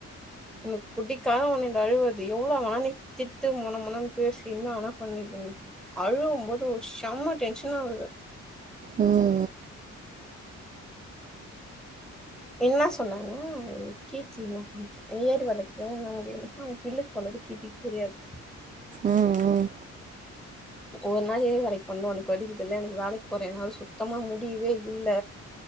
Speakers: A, in the centre; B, on the right (about 25°).
A: எனக்கு புடிக்காத ஒன்னு இந் து அழுவருது எவ்ளோ வேணா நீ திட்டு மொண மொணங் பேசி என்னா வேணா பண்ணிக்கிங் அழுவும்போது ஒரு ஷெம்ம டென்ஷனாவுது
B: ம்
A: என்னா சொன்னாங்க இந் கீர்த்தி இன்னா பண்ச்சு இயரு வழக்கே இன்னு முடியல ஹவ் பில்லுக்கு போனது கீர்த்திக்கு தெரியாது
B: ம் ம்
A: ஒவ்வொரு நாள் ஏறு வேலைக்கு போண்ணா உனக்கு வலிக்குதில்ல எனக்கு வேலைக்கு போறே என்னால சுத்தமா முடியவே இல்ல